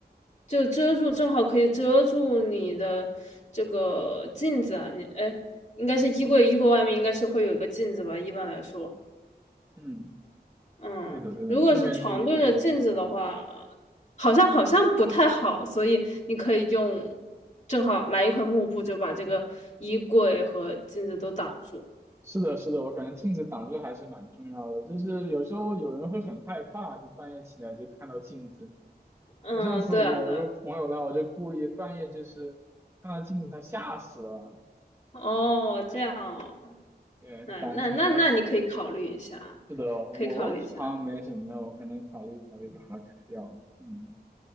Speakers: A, on the left; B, on the right.
A: 就遮住，正好可以遮住你的这个镜子啊。你，哎，应该是衣柜，衣柜外面应该是会有一个镜子吧，一般来说，
B: 嗯，
A: 嗯，
B: 对的，对的，
A: 如果是床对着镜子的话，
B: 这边这衣个都是这样的。
A: 好像好像不太好，所以你可以用，正好来一块幕布，就把这个衣柜和镜子都挡住。
B: 是的，是的，我感觉镜子挡住还是蛮重要的。就是有时候有人会很害怕，就半夜起来就看到镜子。
A: 嗯，
B: 就上次我有个朋友啦，
A: 对啊，对啊
B: 我就故意半夜就是看到镜子，他吓死了。
A: 哦，这样哦。
B: 对，
A: 那那那那你可以考虑一下，
B: 胆子比较小。是的，我好像没什么的，
A: 可以考虑一下。
B: 我可能考虑考虑把它改掉。嗯，